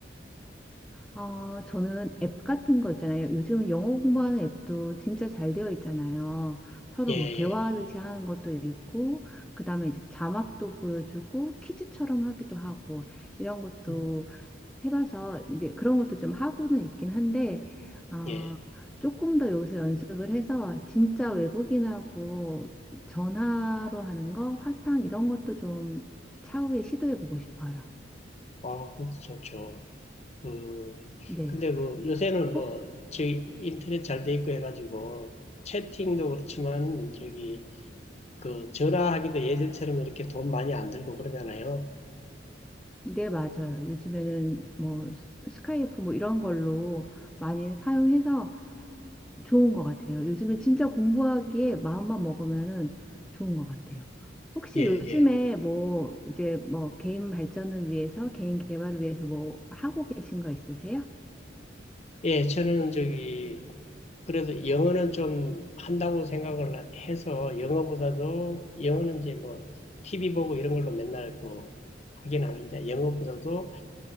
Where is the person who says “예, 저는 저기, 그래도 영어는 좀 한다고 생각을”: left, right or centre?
Left